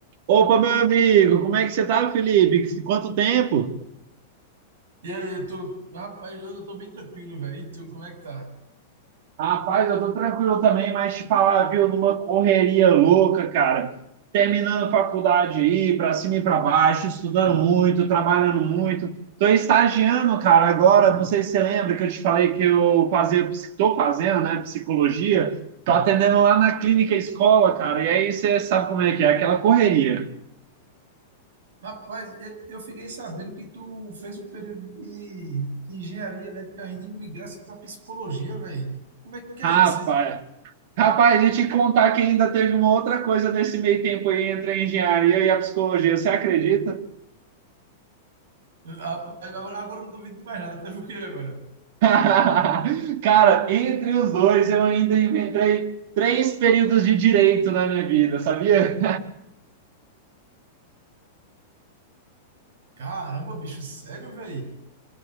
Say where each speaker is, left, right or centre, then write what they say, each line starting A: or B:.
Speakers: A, on the right (about 50°); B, on the right (about 80°).
A: Opa, meu amigo, como é que você tá, Felipe? Que- Quanto tempo?
B: E aí, eu tô, rapaz, eu tô bem tranquilo, velho. E tu, como é que tá?
A: Rapaz, eu tô tranquilo também, mas te falar, viu, numa correria louca, cara. Terminando faculdade aí, pra cima e pra baixo, estudando muito, trabalhando muito. Tô estagiando, cara, agora, não sei se você lembra que eu te falei que eu fazia, ps- tô fazendo, né, psicologia. Tô atendendo lá na clínica escola, cara, e aí você sabe como é que é, aquela correria.
B: Rapaz, eu eu fiquei sabendo que tu fez um período de, de engenharia elétrica ainda e migrasse para psicologia, velho. Como é que é
A: Rapaz.
B: isso, hein?
A: Rapaz, e te contar que ainda teve uma outra coisa nesse meio tempo aí entre a engenharia e a psicologia, você acredita?
B: Rapaz, Agora, agora eu não duvido de mais nada. Teve o quê agora?
A: <laughs> Cara, entre os dois eu ainda inventei três períodos de direito na minha vida, sabia?
B: Caramba, bicho, sério, velho?